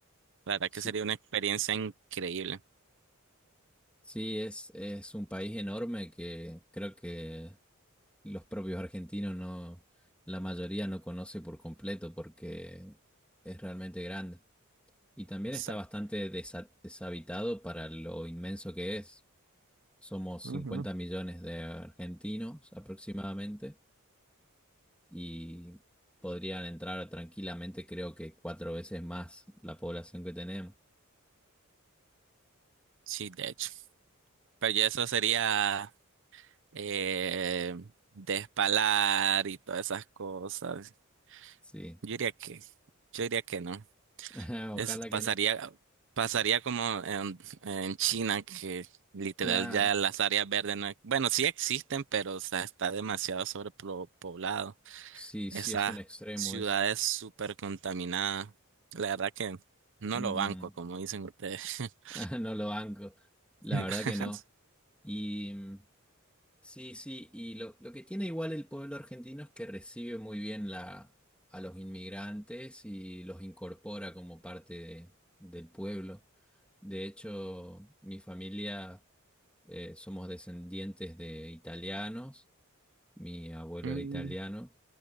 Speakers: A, on the right; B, in the centre.
A: La verdad
B: Sí,
A: que sería una experiencia increíble.
B: sí, es, es un país enorme que creo que los propios argentinos no, la mayoría no conoce por completo porque es realmente grande. Y también
A: Exacto.
B: está bastante desa- deshabitado para lo inmenso que es. Somos
A: Ujú.
B: 50 millones de argentinos aproximadamente y podrían entrar tranquilamente, creo que cuatro veces más la población que tenemos.
A: Sí, de hecho. Pero ya eso sería eh, despalar y todas esas cosas.
B: Sí,
A: Yo diría que, yo diría que no.
B: <laughs>
A: Es,
B: ojalá
A: pasaría,
B: que no.
A: pasaría como en, en China, que literal
B: Claro,
A: ya las áreas verdes no, e- bueno, sí existen, pero o sea, está demasiado sobrepoblado.
B: sí,
A: Esas
B: sí es un extremo,
A: ciudades
B: es...
A: súper contaminadas. La verdad que no
B: mm,
A: lo banco, como dicen ustedes. <laughs>
B: <laughs> no lo banco, la
A: <laughs>
B: verdad que no. Y mm, Sí, sí, y lo, lo que tiene igual el pueblo argentino es que recibe muy bien la, a los inmigrantes y los incorpora como parte de- del pueblo. De hecho, mi familia eh, somos descendientes de italianos, mi abuelo
A: Mm,
B: era italiano